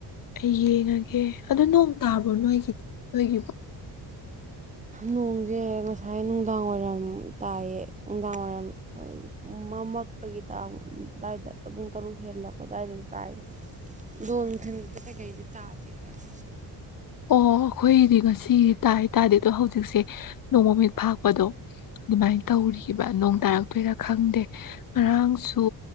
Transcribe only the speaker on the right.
ꯅꯣꯡꯁꯦ ꯉꯁꯥꯏ ꯅꯨꯡꯗꯥꯡ ꯋꯥꯏꯔꯝ ꯇꯥꯏꯌꯦ ꯅꯨꯡꯗꯥꯡ ꯋꯥꯏꯔꯝ ꯍꯣꯏ ꯃꯃꯛꯄꯒꯤ ꯇꯥꯡ ꯑꯗꯥꯏꯗ ꯄꯨꯡ ꯇꯔꯨꯛ ꯍꯦꯜꯂꯛꯄ ꯑꯗꯥꯏꯗ ꯇꯥꯏ ꯑꯗꯣ ꯅꯨꯡꯊꯤꯟꯗ ꯀꯩꯀꯩꯗꯤ ꯇꯥꯗꯦꯗ ꯀꯩꯁꯨ